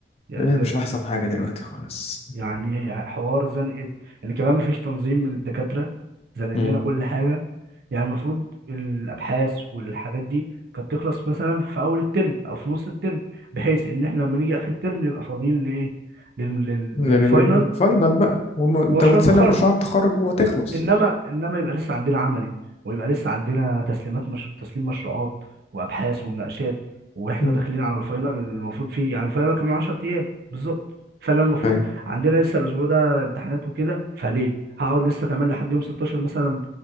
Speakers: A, on the right (about 55°); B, on the left (about 35°).
A: يعني
B: إيه،
A: بجد
B: مش احسن حاجة دلوقتي خالص
A: يعني حوار زنقه ان كمان مفيش تنظيم من الدكاتره زنق
B: مم.
A: لنا كل حاجه يعني المفروض الابحاث والحاجات دي كانت تخلص مثلا في اول الترم او في نص الترم بحيث ان احنا لما نيجي اخر الترم نبقى فاضيين لايه لل... لل...
B: الفاينل
A: للفاينل
B: بقى وم- انت
A: ومشروع
B: وتسلم
A: التخرج
B: مشروع التخرج وتخلص
A: انما انما يبقى لسه عندنا عملي ويبقى لسه عندنا تسليمات مش... تسليم مشروعات وابحاث ومناقشات واحنا
B: مم.
A: داخلين على الفاينل المفروض فيه يعني الفاينل كمان 10 ايام بالظبط فانا المفروض
B: ايوه
A: عندنا لسه الاسبوع ده امتحانات وكده فليه هقعد لسه كمان لحد يوم 16 مثلا